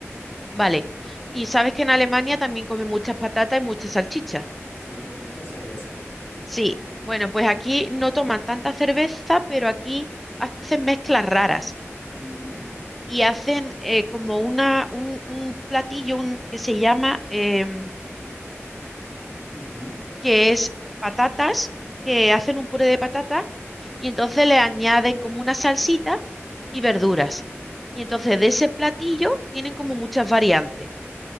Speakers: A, in the centre; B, on the left.
A: Vale. Y sabes que en Alemania también comen muchas patatas y muchas salchichas.
B: sí, y mucha cerveza.
A: Sí. Bueno, pues aquí no toman tanta cerveza, pero aquí hacen mezclas raras
B: Ujú,
A: y hacen eh, como una, un, un platillo un- que se llama eh,
B: ujú,
A: que es patatas, que hacen un puré de patata y entonces le añaden como una salsita y verduras.
B: Ok,
A: Y entonces de ese platillo tienen como muchas variantes.